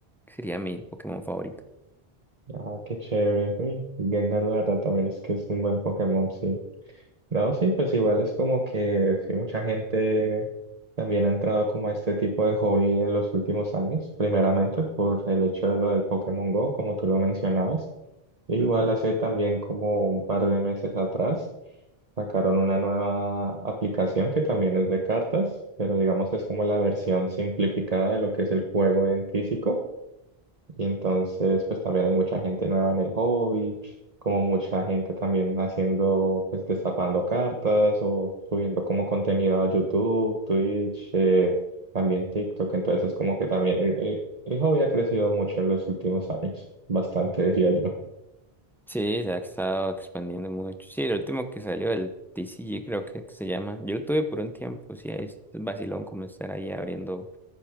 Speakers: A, in the centre; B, on the right.
A: que sería mi Pokémon favorito.
B: Ah, qué chévere. Uy, Gengar, la verdad, también es que es un buen Pokémon, sí. No, sí, pues igual es como que sí, mucha gente también ha entrado como a este tipo de hobby en los últimos años, primeramente por el hecho de lo del Pokémon Go, como tú lo mencionabas. e Igual
A: Ujú.
B: hace también como un par de meses atrás sacaron una nueva aplicación que también es de cartas, pero digamos es como la versión simplificada de lo que es el juego en físico. Y entonces, pues también hay mucha gente nueva en el hobby, como mucha gente también haciendo, pues destapando cartas o subiendo como contenido a YouTube, Twitch, eh, también TikTok. Entonces, como que también el, el el hobby ha crecido mucho en los últimos años, bastante <laughs> diría yo.
A: Sí, se ha estado expandiendo mucho. Sí, el último que salió, el TCG creo que se llama. Yo lo tuve por un tiempo, sí, es vacilón como estar ahí abriendo